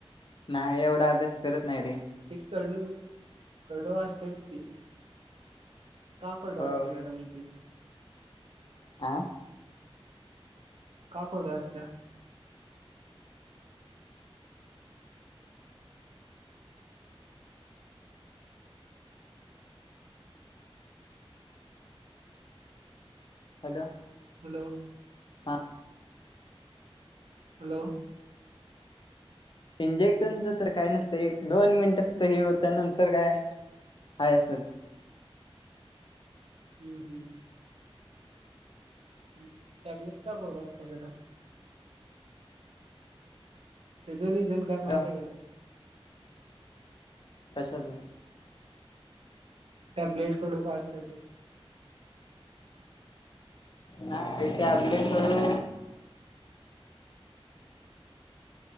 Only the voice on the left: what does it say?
नाही एवढा अभ्यास करत नाही रे
हो
आ
हॅलो?
आ
इंजेक्शनचं तर काय नसत एक दोन मिनिट फक्त हे होत नंतर काय हायसच.
ह
कशाचा?
नाय टॅबलेट कडू?